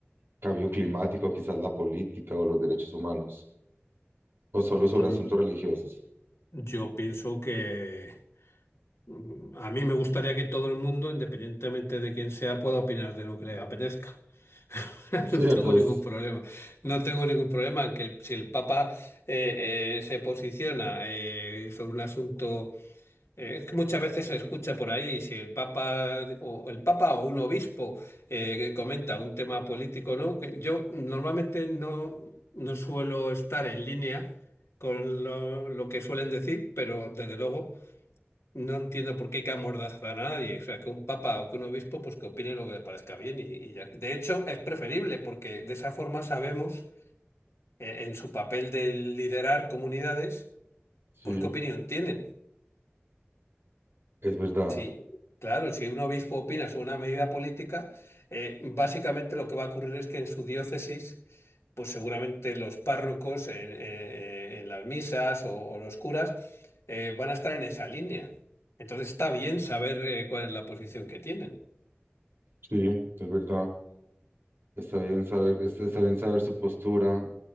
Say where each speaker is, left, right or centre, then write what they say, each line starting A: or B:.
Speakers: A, on the right; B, on the left.
A: cambio climático, quizás la política o los derechos humanos, o solo sobre
B: Mm,
A: asuntos religiosos?
B: Yo pienso que mm, a mí me gustaría que todo el mundo, independientemente de quién sea, pueda opinar de lo que le apetezca. <laughs>
A: Ciertos,
B: No tengo ningún problema. No tengo ningún problema en que el- si el Papa eh, eh, se posiciona eh, sobre un asunto Eh, Es que muchas veces se escucha por ahí si el Papa o el Papa o un obispo eh, que comenta un tema político, ¿no? Que Yo normalmente no, no suelo estar en línea con lo, lo que suelen decir, pero desde luego no entiendo por qué hay que amordazar a nadie. O sea, que un Papa o que un obispo pues que opine lo que le parezca bien y, y ya. De hecho, es preferible porque de esa forma sabemos eh, en su papel de liderar comunidades,
A: sí,
B: pues qué opinión tienen.
A: es verdad,
B: Sí, claro, si un obispo opina sobre una medida política, eh, básicamente lo que va a ocurrir es que en su diócesis, pues seguramente los párrocos en, eh, en las misas o, o los curas eh, van a estar en esa línea. Entonces está bien saber eh, cuál es la posición que tienen.
A: sí, es verdad. Está bien saber, es- está bien saber su postura.